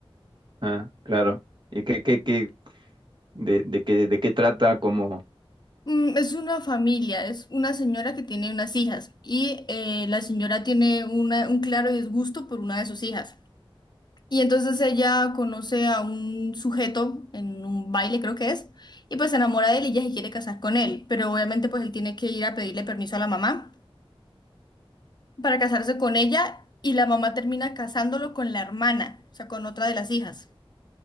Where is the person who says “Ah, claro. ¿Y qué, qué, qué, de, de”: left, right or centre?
Right